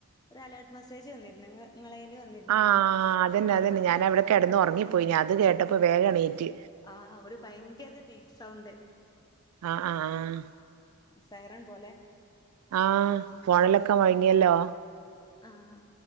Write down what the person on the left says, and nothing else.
ഒരു അലേർട്ട് മെസ്സേജ് വന്നിരുന്നു നിങ്ങ നിങ്ങളെല് വന്നിരുന്നോ?
ആഹ് ഒരു ഭയങ്കര ബീറ്റ് സൗണ്ട്
സൈറൺ പോലെ
ആഹ്